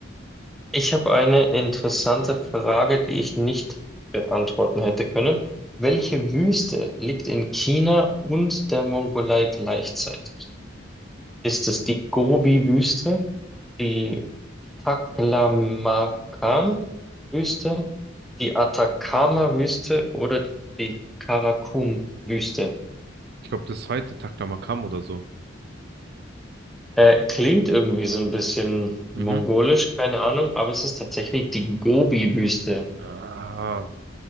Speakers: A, in the centre; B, on the right (about 55°).
A: Ich habe eine interessante Frage, die ich nicht beantworten hätte können. Welche Wüste liegt in China und der Mongolei gleichzeitig? Ist es die Gobi-Wüste, die Taklamakan Wüste, die Atacama Wüste oder die Karakum Wüste.
B: Ich glaube, das zweite Taklamakan oder so.
A: Äh, klingt irgendwie so ein bisschen
B: Mhm.
A: mongolisch, keine Ahnung, aber es ist tatsächlich die Gobi Wüste.
B: Ah.